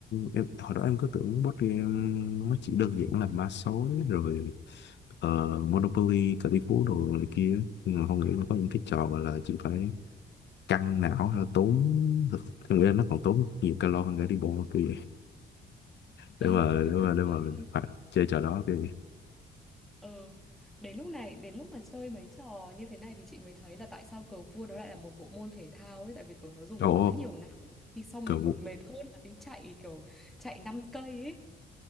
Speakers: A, on the left; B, in the centre.
A: em, hồi đó em cứ tưởng board game nó chỉ đơn giản là mã số rồi ờ, Monopoly cờ tỷ phú đồ này kia nhưng mà không nghĩ là có những cái trò gọi là chị phải căng não là tốn thực em nghĩ là nó còn tốn nhiều calo hơn cả đi bộ kia để
B: ừ
A: mà để mà
B: thực
A: để mà
B: sự luôn
A: phải chơi trò đó kìa
B: ừ đến lúc này đến lúc mà chơi mấy trò như thế này thì chị mới thấy là tại sao cờ vua nó lại là một bộ môn thể thao ấy tại vì kiểu nó dùng
A: ồ
B: quá nhiều não khi xong
A: cờ
B: mình
A: vua
B: còn mệt hơn là đi chạy kiểu chạy 5 cây ấy